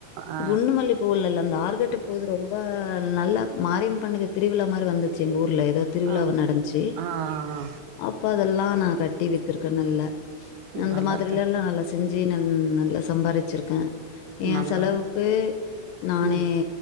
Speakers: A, on the right (about 80°); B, on the left (about 80°).
A: ஆ
B: குண்டுமல்லி பூவுல்லல்ல அந்த ஆர்கட் டு போது ரொம்ப நல்ல மாரியம் பண்ணுங்க திருவிழா மாரி வந்துச்சு எங்க ஊர்ல ஏது திருவிழாவ
A: ஆம்
B: நடஞ்ச்சு
A: ஆ ஆ
B: அப்ப அதெல்லா நா கட்டி வித்திருக்கே நல்ல அந்த
A: நல்லத்தா
B: மாதிரிலல்லா நல்லா செஞ்சு ந நல்லா சம்பாரிச் வச்சிருக்கே ஏ
A: நல்லது
B: செலவுக்கு நானே
A: ம்